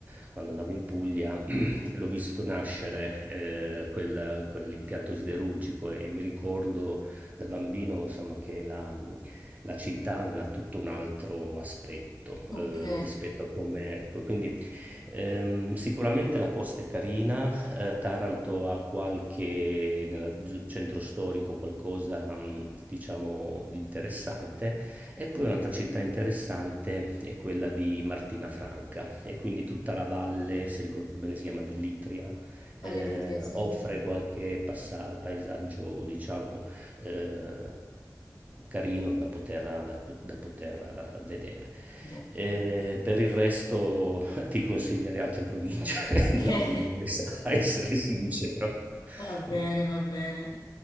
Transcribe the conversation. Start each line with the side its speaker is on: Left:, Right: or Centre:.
Right: quando andavo in Puglia, l'ho visto nascere eh, quel- quell'impianto siderurgico e mi ricordo da bambino, insomma, che la, la città aveva tutto un altro aspetto
Left: Ok,
Right: eh, rispetto a come... ecco, Quindi ehm, sicuramente la costa è carina, eh, Taranto ha qualche, nel centro storico, qualcosa, mm, diciamo, di interessante. E poi un'altra città interessante è quella di Martinafranca e quindi tutta la valle, se ricordo bene si chiama dell'Itria,
Left: Valle
Right: eh,
Left: d'Itria, sì.
Right: offre qualche passa- paesaggio, diciamo, eh, carino da poter, da po- da poter vedere.
Left: Vedere.
Right: Eh, per il resto <laughs> ti consiglierei altre province <laughs> della
Left: <laughs>
Right: Puglia, adesso,
Left: Ok.
Right: a essere sincero.
Left: Va bene,
Right: Ecco,
Left: va bene.